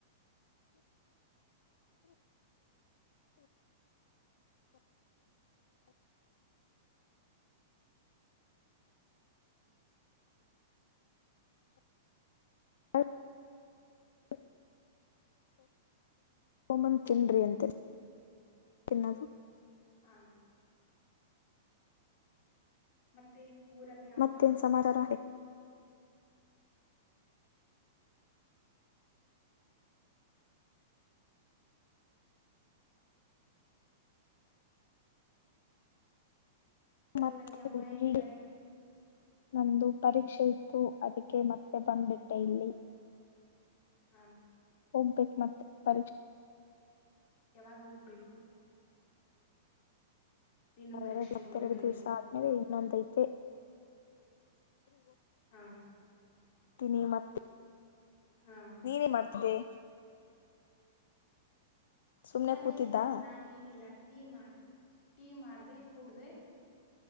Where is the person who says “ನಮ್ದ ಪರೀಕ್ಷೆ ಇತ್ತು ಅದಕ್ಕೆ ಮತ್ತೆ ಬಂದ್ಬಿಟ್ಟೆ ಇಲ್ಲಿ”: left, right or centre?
Left